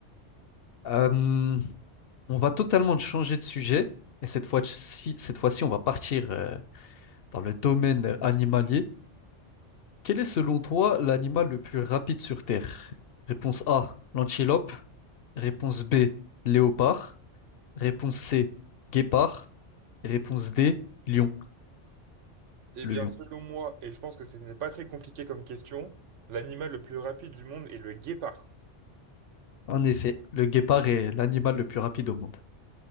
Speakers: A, on the left; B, on the right.
A: Euh, on va totalement changer de sujet et cette fois-ci, cette fois-ci, on va partir euh, dans le domaine animalier. Quel est selon toi l'animal le plus rapide sur Terre? Réponse A, l'antilope. Réponse B, léopard. Réponse C, guépard. Réponse D, lion,
B: Eh
A: le
B: bien,
A: lion.
B: selon moi, et je pense que ce n'est pas très compliqué comme question, l'animal le plus rapide du monde est le guépard.
A: En effet, le guépard est l'animal
B: C'est
A: le plus rapide au monde.